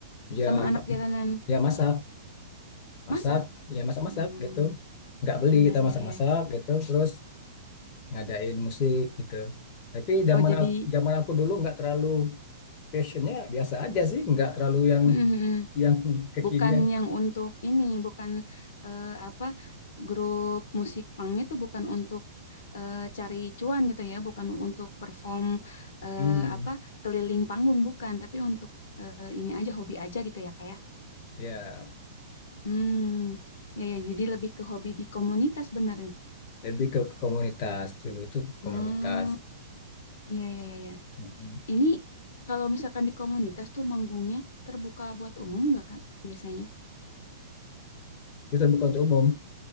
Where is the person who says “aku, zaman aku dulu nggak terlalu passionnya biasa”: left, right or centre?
Left